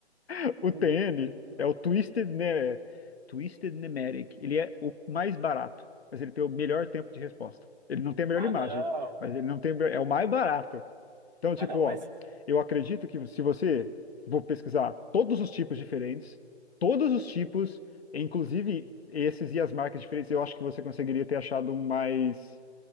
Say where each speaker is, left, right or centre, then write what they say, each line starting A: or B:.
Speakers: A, on the left (about 65°); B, on the right (about 40°).
A: <laughs> o
B: Ô,
A: TN
B: louco, não precisa.
A: é o Twisted, ne Twisted Nemeric. Ele é o mais barato, mas ele tem o melhor tempo de resposta. Ele não tem a melhor
B: Ah,
A: imagem,
B: não.
A: mas ele não tem, é o mais barato. Então,
B: Ah,
A: tipo,
B: não,
A: ó,
B: mas
A: eu acredito que se você vou pesquisar todos os tipos diferentes, todos os tipos, inclusive esses e as marcas diferentes, eu acho que você conseguiria ter achado um mais